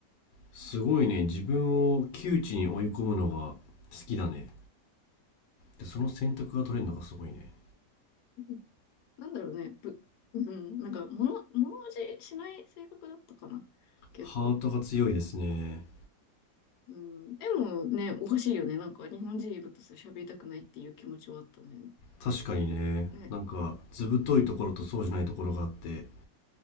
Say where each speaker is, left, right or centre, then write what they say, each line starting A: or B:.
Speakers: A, on the left; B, on the left.
A: すごいね。自分を窮地に追い込むのが好きだね。で、その選択が取れるのがすごいね。
B: うんなんだろうね、ぶ、うん、なんか、物、物おじしない性格だったかな、結構。
A: ハートが強いですね。
B: うん、でもね、おかしいよね。なんか、日本人いるとさ、喋りたくないっていう気持ちはあったんだよね。
A: 確かにね。
B: ね。
A: なんか、ずぶといところとそうじゃないところがあって、
B: うん